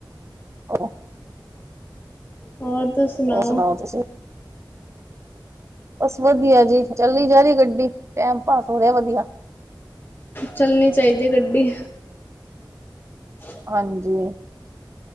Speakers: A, on the right; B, on the left.
A: <unintelligible>
B: ਹੋਰ ਤੁਸੀਂ ਸੁਣਾਓ?
A: ਹੋਰ ਤੁਸੀਂ? ਬਸ ਵਧੀਆ ਜੀ ਚੱਲੀ ਜਾ ਰਹੀ ਗੱਡੀ ਟੈਮ ਪਾਸ ਹੋ ਰਿਹਾ ਵਧੀਆ
B: ਚੱਲਣੀ ਚਾਹੀਦੀ ਏ ਗੱਡੀ <inaudible>
A: ਹਾਂਜੀ